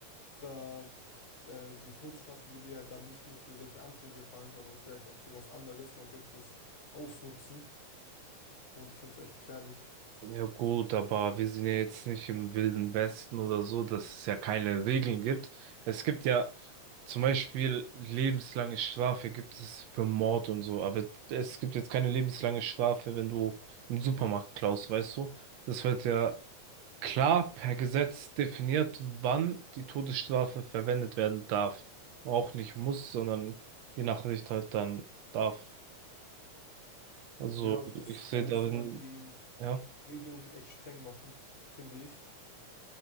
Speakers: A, on the left; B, on the right.
A: da äh, die Todesstrafe würde ja dann nicht nur für solche Anschläge fallen, sondern vielleicht auch für was anderes. Man könnte es ausnutzen und ich finde es echt gefährlich.
B: Ja gut, aber wir sind ja jetzt nicht im Wilden Westen oder so, dass es ja keine Regeln gibt. Es gibt ja zum Beispiel lebenslange Strafe gibt es für Mord und so, aber es gibt jetzt keine lebenslange Strafe, wenn du im Supermarkt klaust, weißt du? Das wird ja klar per Gesetz definiert, wann die Todesstrafe verwendet werden darf. Auch nicht muss, sondern je nach Richter halt dann darf. Also
A: Ja, und
B: ich
A: das,
B: sehe
A: da müsste
B: darin,
A: man die
B: ja,
A: Regelung echt streng machen, finde ich,